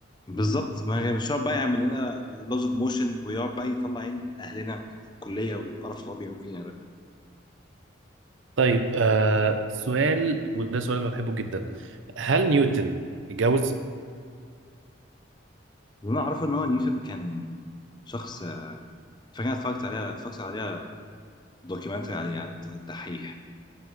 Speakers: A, on the left (about 20°); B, on the right (about 75°).
A: بالظبط ما مش هيقعد بقى يعمل لنا لاز اوف موشن ويقعد بقى يطلع عين اهلنا في الكليه والقرف اللي هو بيعملوا فينا ده
B: طيب آه سؤال وده سؤال انا بحبه جدا هل نيوتن اتجوز؟
A: اللي انا اعرفه ان هو نيوتن كان شخص آه، فاكر اتفرجت عليها اتفرجت عليها دوكيومنتري عليه على الدحيح